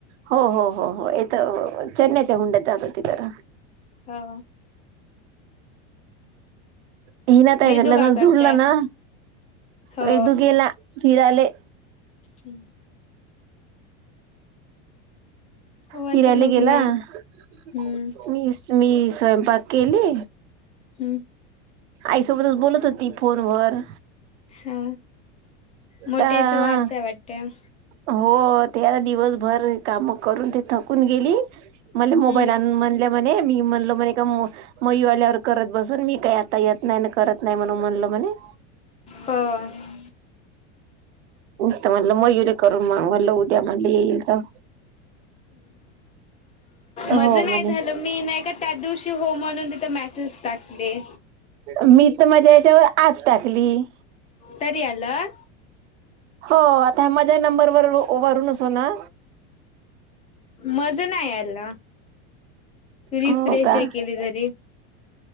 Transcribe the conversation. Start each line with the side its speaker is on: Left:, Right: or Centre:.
Right: हो -हो, हो-हो इथं अं चेन्नईच्या हुंड्यात होती तर
Left: हा,
Right: हिना ताईचं
Left: वेदू
Right: लग्न
Left: का करताय
Right: जुळलं ना.
Left: हो
Right: वैदू गेला फिरायले.
Left: हं. हो
Right: फिरायला
Left: आता लग्न
Right: गेला.
Left: आहे
Right: <unintelligible>
Left: हम्म
Right: मी स्वयंपाक केली.
Left: हं.
Right: आईसोबतच बोलत होती फोनवर.
Left: हा. मोठ्याईच
Right: तर
Left: वाच आहे वाटतं?
Right: हो. ते आता दिवसभर काम करून ते थकून गेली. मले मोबाईल
Left: हम्म
Right: आणून म्हणल्या म्हणे, मी म्हणलो म्हणे का, मयू आल्यावर करत बसल मी काय आता येत- नाही न करत नाही म्हणलं म्हणे.
Left: हो
Right: त म्हटलं मयुरीे करल मग म्हटलं उद्या म्हटलं येईल त. हो
Left: मज नाही
Right: म्हणे.
Left: झालं मी नाही का त्या दिवशी हो म्हणुन तिथे म्यासेज टाकले.
Right: मी तर माझ्या याच्यावर आज टाकली.
Left: तरी आलं?
Right: हो. आता माझ्या नंबरवर वरूनचो ना?
Left: मजं नाही यालं. रिफ्रेश
Right: हो का?
Left: ऐ केले तरी.